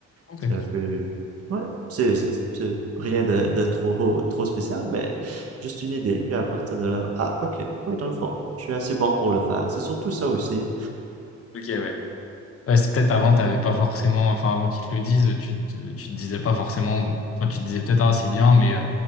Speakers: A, on the left (about 50°); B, on the right (about 50°).
A: Ok.
B: c'est un peu, ouais, c'est, c'est, c'est rien de, de trop, trop spécial, mais juste une idée. Puis à partir de là, ah, ok, oui, dans le fond, je suis assez bon pour le faire. C'est surtout ça aussi.
A: Ok, ouais. Ouais, c'est peut-être avant, t'avais pas forcément, enfin avant qu'ils te le disent, tu te, tu te disais pas forcément, enfin tu te disais peut-être ah c'est bien, mais euh,